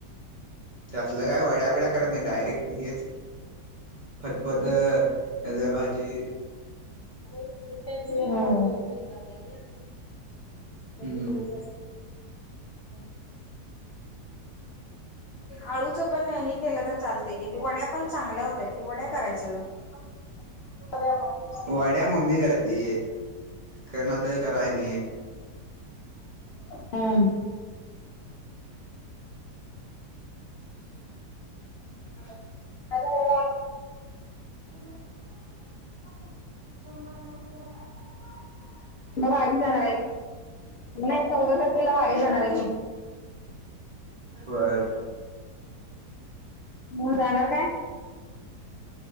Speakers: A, on the right (about 45°); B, on the left (about 75°).
A: ते असलं काय वड्या वड्या करत नाही डायरेक्ट हेच फतपत हे धर भाजी
B: <unintelligible>
A: हम्म
B: हम्. आळूच पण हे केलं तर चालते की वड्या पण चांगल्या होत्या की वड्या करायच. <unintelligible>
A: वाड्या मम्मी कररा ती करणार तर करा नाही.
B: हम. <unintelligible>
A: ह. <unintelligible>
B: वारी जाणार आहे नाही चौदा तारखेला वारी जाणार आहे की
A: होय
B: म जाणार काय